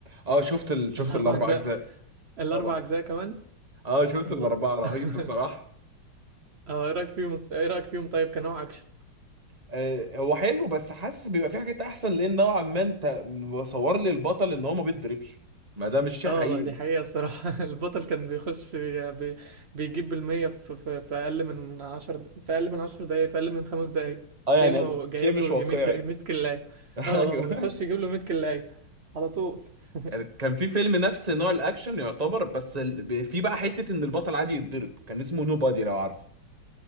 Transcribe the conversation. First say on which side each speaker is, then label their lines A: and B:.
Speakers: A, on the right; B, on the right.
A: اه شفت ال... شفت
B: الاربع
A: الاربع
B: اجزاء
A: اجزاء
B: الاربع
A: طبعا
B: اجزاء كمان
A: اه شفت
B: الله
A: الاربعه رهيب
B: <laughs>
A: بصراحه
B: اه ايه رايك فيهم ايه رايك فيهم طيب كنوع اكشن
A: آه هو حلو بس حاسس بيبقى في حاجات احسن لان نوعا ما انت مصور لي البطل ان هو ما بيتضربش ما ده مش شيء
B: اه
A: حقيقي
B: ده دي حقيقة الصراحة <laughs> البطل كان بيخش بي بي بيجيب بالمية في, في, في أقل من عشر د- في أقل من عشر دقايق في أقل من خمس دقايق
A: اه يعني
B: تلاقيه ما هو جايب
A: شيء مش
B: له
A: واقعي
B: مية مية كلاية
A: <laughs>
B: اه
A: ايوه
B: اه بيخش يجيب له مية كلاية على طول <laughs>
A: يعني كان في فيلم نفس نوع الاكشن يعتبر بس ال- ب- في بقى حته ان البطل عادي يتضرب كان اسمه نو بادي لو عارفه